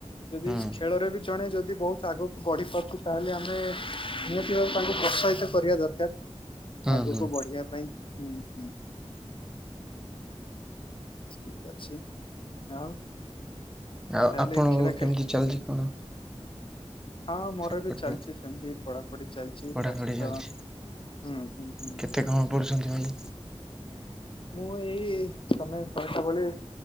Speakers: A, on the left (about 50°); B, in the centre.
A: ଯଦି
B: ହୁଁ
A: ଖେଳରେ ବି ଜଣେ ଯଦି ବହୁତ ଆଗ ବଢ଼ି ପାରୁଛି, ତାହେଲେ ଆମେ ନିହାତି ଭାଵେ ତାଙ୍କୁ ପ୍ରୋତ୍ସାହିତ କରିବା ଦରକାର।
B: ହୁଁ
A: ଆଗକୁ
B: ହୁଁ
A: ବଢ଼ିବା ପାଇଁ। ହୁଁ, ହୁଁ। ଠିକ୍ ଅଛି, ଆଉ।
B: ଆଉ
A: ତାହେଲେ
B: ଆପଣଙ୍କ
A: ଖେଳ ଖେଳ
B: କେମିତି ଚାଲିଛି କଣ?
A: ହଁ, ମୋର
B: ସେପଟର
A: ବି ଚାଲିଛି, ସେମତି ପଢ଼ା ପଢ଼ି ଚାଲିଛି,
B: ପଢାପଢି
A: ତା ସହିତ
B: ଚାଲିଛି
A: ହୁଁ, ହୁଁ, ହୁଁ।
B: କେତେ କଣ ପଢୁଛନ୍ତି ଭାଇ।
A: ମୁଁ ଏଇ ତମେ <unintelligible> ଭଳି